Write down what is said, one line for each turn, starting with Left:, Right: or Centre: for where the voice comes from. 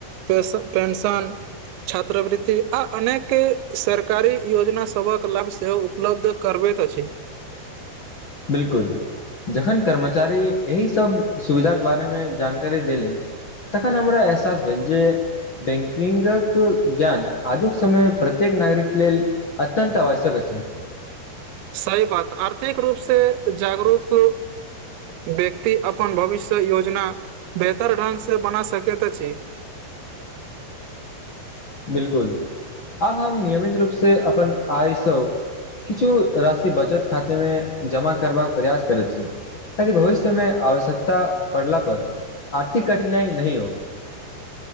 Right: पेश पेंशन छात्रवृ्तति आ अनेक सरकारी योजना सभक लाभ सेहो उपलब्ध करबेैत छै
Left: बिलकुल जखन कर्मचारी एहि सब सुविधाक के बारेमे जानकारी देलनि तखन हमरा एहसास भेल जे बैंकिंगक ज्ञान आजुक समयमे प्रत्येक नागरिक लेल अत्यन्त आवश्यक छै
Right: सही बात आर्थिक रूप से जागरूक व्यक्ति अपन भविष्य योजना बेहतर ढ्ंग से बना सकैत छी
Left: बिलकुल अब हम नियमित रूप से अपन आयसो किछु राशि बचत खातेमे जमा करबाक प्रयास करैत छी ताकि भविष्यमे आवश्यकता पड़ला पर आर्थिक कठिनाई नहि हो